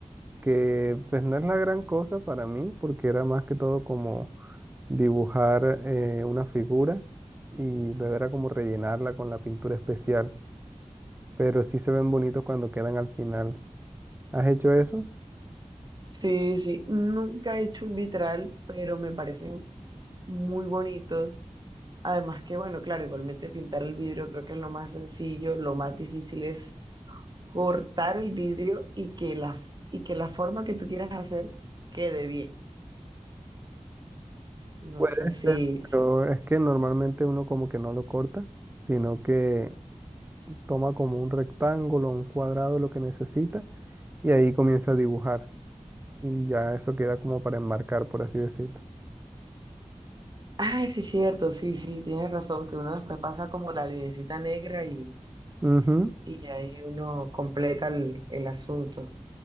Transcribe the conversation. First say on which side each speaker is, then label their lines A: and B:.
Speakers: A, on the right (about 15°); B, on the right (about 35°).
A: que pues no es la gran cosa para mí, porque era más que todo como dibujar eh, una figura y luego era como rellenarla con la pintura especial, pero sí se ven bonitos cuando quedan al final. ¿Has hecho eso?
B: Sí, sí, nunca he hecho un vitral, pero me parecen muy bonitos. Además que, bueno, claro, igualmente pintar el vidrio creo que es lo más sencillo, lo más difícil es cortar el vidrio y que la, y que la forma que tú quieras hacer quede bien. No
A: Puede
B: sé si,
A: ser, pero
B: si.
A: es que normalmente uno como que no lo corta, sino que toma como un rectángulo, un cuadrado, lo que necesita, y ahí comienza a dibujar. Y ya eso queda como para enmarcar, por así decirlo.
B: Ay, sí, cierto, sí, sí, tienes razón, que uno después pasa como la linecita negra y,
A: Ujú.
B: y ahí uno completa el, el asunto.